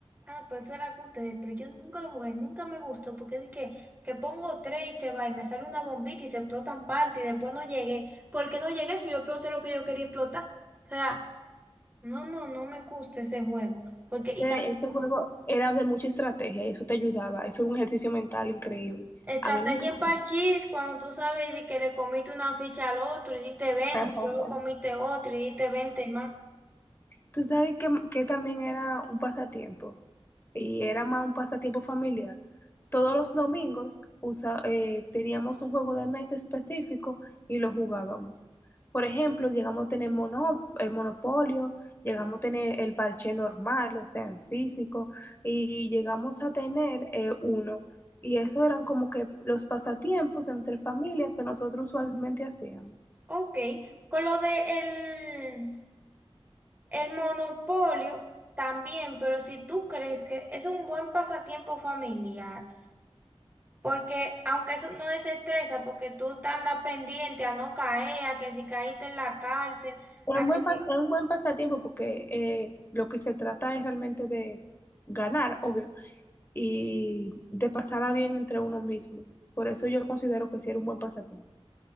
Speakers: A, on the right; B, on the left.
A: Ah, pues eso era que ustedes, pero yo nunca lo jugué, nunca me gustó, porque dije que, que pongo tres y se va y me sale una bombita y se explotan parte y después no llegué. ¿Por qué no llegué si yo exploté lo que yo quería explotar? O sea, no, no, no me gusta ese juego. Porque, y
B: Ese,
A: también,
B: ese juego era de mucha estrategia y eso te ayudaba. Eso era un ejercicio mental increíble.
A: estrategia
B: A mí me encantó.
A: en parchís, cuando tú sabes di que le comiste una ficha al otro y diste 20,
B: <laughs>
A: y luego comiste otro y diste 20 más.
B: Tú sabes que, que también era un pasatiempo y era más un pasatiempo familiar. Todos los domingos usa- eh, teníamos un juego de mesa específico y lo jugábamos. Por ejemplo, llegamos a tener mono- eh, Monopolio, llegamos a tener el parche normal, o sea, en físico, y llegamos a tener eh, uno. Y eso eran como que los pasatiempos entre familias que nosotros usualmente hacíamos.
A: Ok, con lo de el... El monopolio también, pero si tú crees que es un buen pasatiempo familiar, porque aunque eso no desestresa, porque tú te andas pendiente a no caer, a que si caíste en la cárcel,
B: Es
A: a
B: un
A: que
B: buen,
A: si...
B: pas- es un buen pasatiempo porque eh, lo que se trata es realmente de ganar, obvio, y de pasarla bien entre uno mismo. Por eso yo considero que sí era un buen pasatiempo.